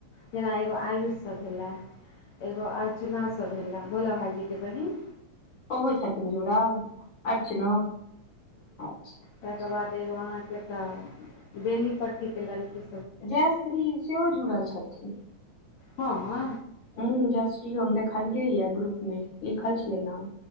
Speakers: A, on the left; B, on the left.
A: जेना एगो आयुषसभ भेलै एगो अर चना सँ भेलै भोला भाइजीकेँ बहिन
B: ओहो छथिन जुड़ल अर्चनो अच्छा
A: ताहि केँ बाद एगो अहाँकेँ तऽ बेनीपट्टी केँ लड़की
B: जयश्री सेहो जुड़ल छथिन
A: हँ
B: हँ जयश्रीके हम देखलियै य ग्रुप मे लिखल छलै नाम